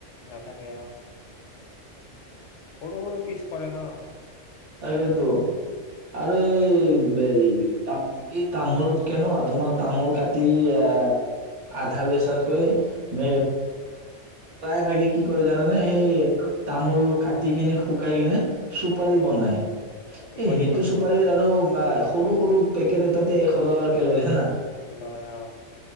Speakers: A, on the left; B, on the right.
A: নাথাকে অ সৰু সৰু পিছ কৰে ন
B: তাকেতো, আৰু এই এই তামোলতকে ন তোমাৰ তামোল কাটি আহ আধা বেচাতকৈ উম প্ৰায় ভাগে কি কৰি জানেনে সেই তামোল কাটি কিনে শুকাই কিনে চুপাৰি বনাই- <unintelligible> সেই
A: বেপাৰী
B: সেইটো
A: বনাই
B: চুপাৰী
A: অ,
B: আৰু বা সৰু সৰু পেকেট এটাতে এশ টকাকে লয় জানা
A: লয় অ